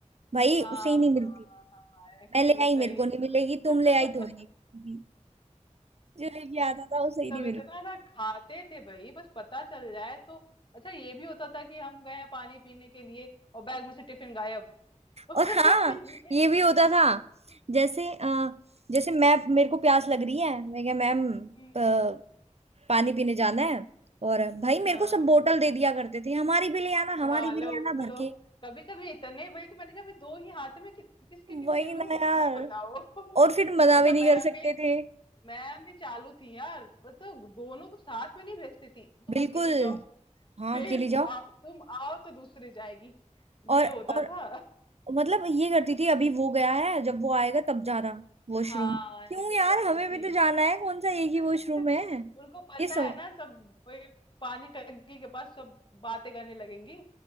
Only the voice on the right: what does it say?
भाई
उसे ही नहीं मिलती
मैं ले आई
मेरे को नहीं
मिलेगी तुम ले आई तुम्हें नहीं
मिलेगी जो लेके आता था वो सही नहीं
मिलता
और हाँ
ये भी होता था जैसे अ, जैसे मैं मेरे को प्यास लग रही है मैं क्या मैम
प- पानी पीने जाना है और भाई मेरे
को सब बोतल दे दिया करते थे हमारी भी ले आना
हमारी भी
ले आना
भर के
वही
ना यार
और फिर मना
भी नहीं
कर सकते
थे
बिल्कुल
हाँ
अकेले
जाओ
और
और
मतलब ये करती थी अभी वो गया है जब वो आएगा तब जाना वॉशरूम
क्यों यार
हमें
भी तो जाना है कौन सा एक ही
वॉशरूम है
ये सम